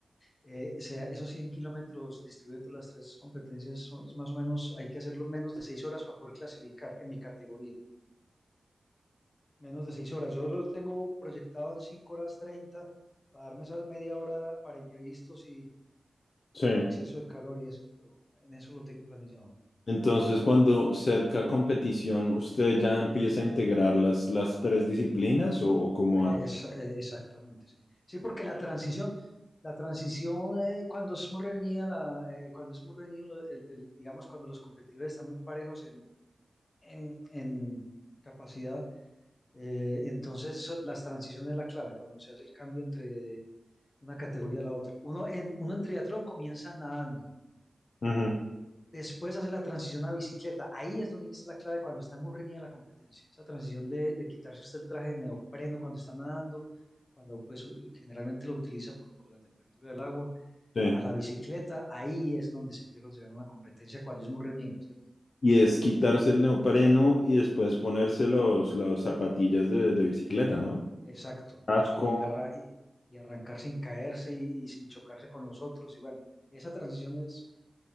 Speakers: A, on the left (about 35°); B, on the left (about 60°).
A: eh, sea, esos 100 kilómetros distribuidos entre las tres competencias, son- es más o menos, hay que hacerlo en menos de 6 horas para poder clasificar en mi categoría menos de seis horas. Yo lo tengo proyectado en cinco horas treinta para darme esa media hora para imprevistos y,
B: Sí.
A: y exceso de calor y eso, pero en eso lo tengo planillado.
B: Entonces, cuando cerca competición, ¿usted ya empieza a integrar las, las tres disciplinas o, o cómo
A: Eh,
B: hace?
A: es- eh, exactamente, sí. Sí, porque la transición, la transición eh, cuando es muy reñida, la, eh, cuando es muy reñido, lo- el- el- digamos, cuando los competidores están muy parejos en, en, en capacidad, eh, entonces son- las transiciones es la clave, cuando se hace el cambio entre una categoría a la otra. Uno en, uno en triatlón comienza nadando.
B: Ujú,
A: después hace la transición a bicicleta. Ahí es donde es la clave cuando está muy reñida la competencia. Esa transición de, de quitarse usted el traje de neopreno cuando está nadando, cuando pues generalmente lo utiliza por, por la temperatura del agua,
B: sí.
A: a la bicicleta, ahí es donde se pierde, se gana una competencia cuando es muy reñida, ¿cierto?
B: Y es quitarse el neopreno y después ponerse los, las zapatillas de, de bicicleta, ¿no?
A: Exacto.
B: Casco,
A: Y, arra- y- y arrancar sin caerse y, y sin chocarse con los otros. Y bueno, esa transición es,